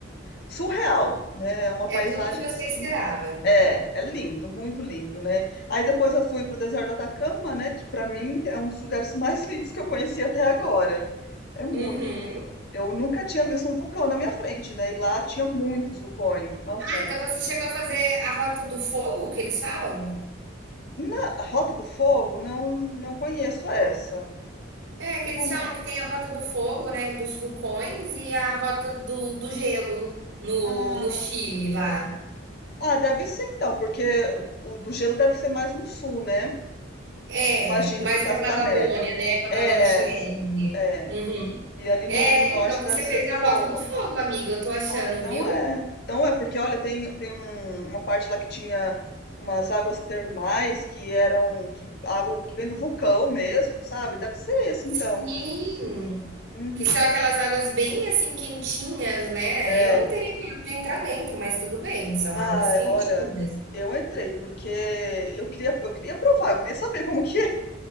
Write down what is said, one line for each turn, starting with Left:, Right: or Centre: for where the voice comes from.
Left: surreal, né? É uma paisagem,
Right: É tudo o que você
Left: assim,
Right: esperava.
Left: é, é lindo, muito lindo, né? Aí depois eu fui pro deserto do Atacama, né? Que pra mim é um dos lugares mais lindos que eu conheci até agora. É muito.
Right: Uhum.
Left: Eu nunca tinha visto um vulcão na minha frente, né? E lá tinha muitos vulcões. Nossa,
Right: Ah, então você chegou a fazer a Rota do Fogo, que eles falam?
Left: na Rota do Fogo, não, não conheço essa.
Right: É, que eles
Left: Como?
Right: falam que tem a Rota do Fogo, né, dos vulcões, e a Rota do, do Gelo no,
Left: Ah.
Right: no Chile, lá.
Left: Ah, deve ser então, porque o do gelo deve ser mais no sul, né?
Right: É,
Left: Imagino,
Right: mais
Left: por causa
Right: pra Patagônia,
Left: da neve.
Right: né, Patagônia
Left: É,
Right: chilene.
Left: é.
Right: Uhum.
Left: E ali
Right: É,
Left: no, no norte
Right: então você
Left: deve ser
Right: fez
Left: do
Right: a
Left: fogo.
Right: Rota do Fogo, amiga, eu tô achando,
Left: Ah, então
Right: viu?
Left: é. Então é, porque olha, tem, tem um- uma parte lá que tinha umas águas termais que eram, que, água que vem do vulcão mesmo, sabe? Deve ser esse então.
Right: Sim,
Left: Uhum.
Right: que são aquelas águas bem, assim, quentinhas, né?
Left: É,
Right: Eu não teria coragem de entrar dentro, mas tudo bem, são
Left: ah,
Right: águas quentinhas.
Left: olha, eu entrei porque eu queria, eu queria provar, eu queria saber como que